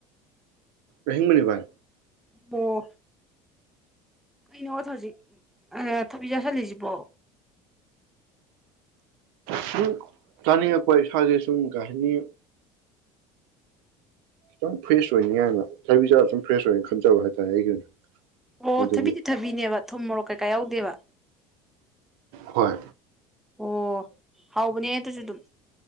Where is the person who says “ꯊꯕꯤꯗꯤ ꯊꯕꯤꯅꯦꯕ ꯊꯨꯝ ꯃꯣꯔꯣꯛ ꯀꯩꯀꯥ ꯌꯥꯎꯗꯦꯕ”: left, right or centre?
Centre